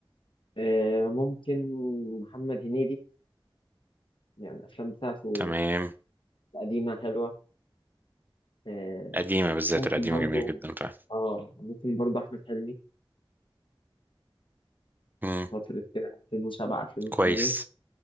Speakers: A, on the left (about 65°); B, on the right (about 20°).
A: آه، ممكن محمد هنيدي يعني الأفلام بتاعته
B: تمام
A: القديمة حلوة آه،
B: قديمه بالذات
A: ممكن
B: القديمه
A: برضو
B: جميله جدا فعلا
A: اه ممكن برضو احمد حلمي
B: امم
A: فترة كده 2007 2008
B: كويس